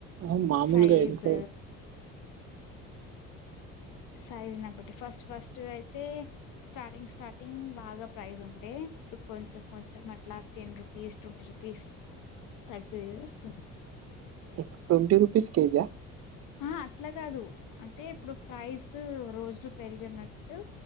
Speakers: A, on the right (about 45°); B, on the left (about 65°).
A: ఆహా మామూలుగా
B: సైజ్
A: ఎంత?
B: సైజ్ న బట్టి ఫస్ట్ ఫస్ట్ అయితే స్టార్టింగ్ స్టార్టింగ్ బాగా ప్రైస్ ఉండే ఇప్పుడు కొంచెం కొంచెం అట్లా టెన్ రూ పీస్ ట్వంటీ రుపీస్ తగ్గే వస్తుంది.
A: ఇప్పు ట్వంటీ రుపీస్ కేజియా?
B: ఆహా అట్లా కాదు అంటే ఇప్పుడు ప్రైస్ రోజులు పెరిగినట్టు